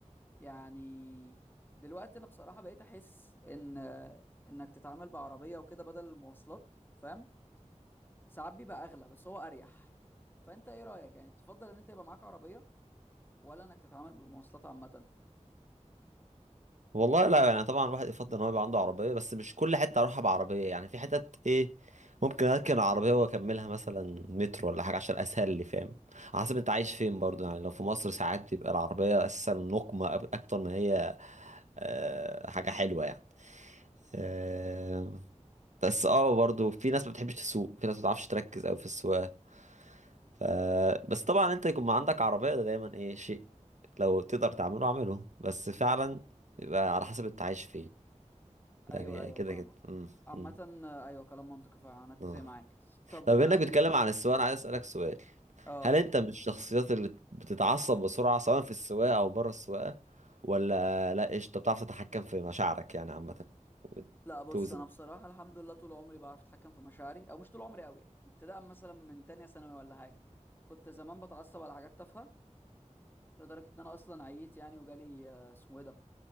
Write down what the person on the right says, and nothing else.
والله لا يعني طبعا الواحد يفضل ان هو يبقى عنده عربية بس مش كل حتة اروحها بعربية يعني في حتت ايه ممكن اركن عربية واكملها مثلا مترو ولا حاجة عشان اسهل لي فاهم على حسب انت عايش فين برضو يعني لو في مصر ساعات بيبقى العربية اساسا نقمة أب- اكتر ما هي آه، حاجة حلوة يعني آه، بس اه برضو في ناس ما بتحبش تسوق في ناس ما بتعرفش تركز قوي في السواقة ف... بس طبعا انت يكون ما عندك عربية ده دايما ايه شيء لو تقدر تعمله اعمله بس فعلا يبقى على حسب انت عايش فين ده
يعني
كده
كده امم
امم
اه
طب انك
بتتكلم عن السواقة انا عايز اسألك سؤال
هل انت من الشخصيات اللي بتتعصب بسرعة سواء في السواقة او بره السواقة ولا لا قشطة بتعرف تتحكم في مشاعرك يعني عامة وتوزن